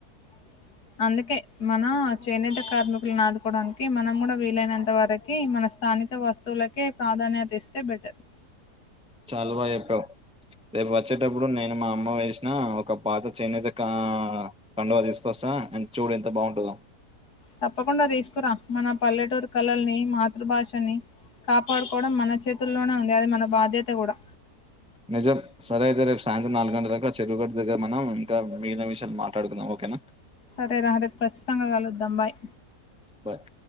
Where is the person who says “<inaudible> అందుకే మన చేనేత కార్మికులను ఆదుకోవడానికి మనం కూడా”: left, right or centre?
Left